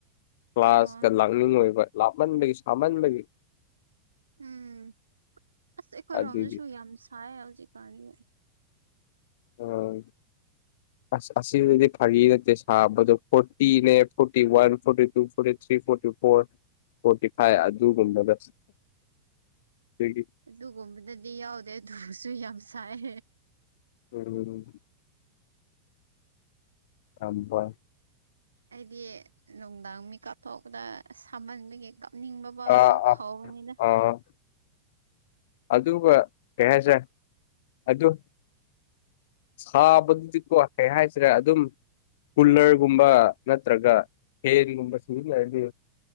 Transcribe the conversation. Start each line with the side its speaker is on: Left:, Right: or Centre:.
Left: ꯀ꯭ꯂꯥꯁꯀ
Right: ꯑꯣ
Left: ꯂꯥꯛꯅꯤꯡ ꯑꯣꯏꯕ ꯂꯥꯞꯃꯟꯕꯒꯤ ꯁꯥꯃꯟꯕꯒꯤ
Right: ꯎꯝ ꯑꯥꯁ ꯑꯩꯈꯣꯏꯔꯣꯝꯗꯁꯨ
Left: ꯑꯗꯨꯒꯤ
Right: ꯌꯥꯝ ꯁꯥꯏ ꯍꯧꯖꯤꯛꯀꯥꯟꯗꯤ
Left: INAUDIBLE ꯑꯥꯁ ꯑꯁꯤꯗꯗꯤ ꯐꯥꯒꯤ ꯅꯠꯇꯦ ꯁꯥꯕꯗꯣ ꯐꯣꯔꯇꯤꯅꯦ forty one forty two forty three forty four forty five ꯑꯗꯨꯒꯨꯝꯕꯗ ꯑꯗꯒꯤ
Right: ꯑꯗꯨꯒꯨꯝꯕꯗꯗꯤ ꯌꯥꯎꯗꯦ ꯑꯗꯨꯑꯣꯏꯔꯁꯨ ꯌꯥꯝ ꯁꯥꯏ
Left: INAUDIBLE UNINTELLIGIBLE
Right: ꯑꯩꯗꯤ ꯅꯨꯡꯗꯥꯡ ꯃꯤ ꯀꯥꯞꯊꯣꯛꯄꯗ ꯁꯥꯃꯟꯕꯒꯤ ꯀꯣ ꯅꯤꯡꯕ ꯑꯃ
Left: ꯑꯥ
Right: ꯑꯃꯨꯛ
Left: ꯑꯥ
Right: ꯐꯥꯎꯕꯅꯤꯅ
Left: ꯑꯥ ꯑꯗꯨꯒ ꯀꯩ ꯍꯥꯏꯁꯦꯔ ꯑꯗꯨ ꯁꯥꯕꯗꯨꯗꯤ ꯀꯣ ꯀꯩ ꯍꯥꯏꯁꯤꯔ ꯑꯗꯨꯝ ꯀꯨꯂꯔꯒꯨꯝꯕ ꯅꯠꯇ꯭ꯔꯒ ꯐꯦꯟꯒꯨꯝꯕ ꯁꯤꯖꯤꯟꯅꯔꯗꯤ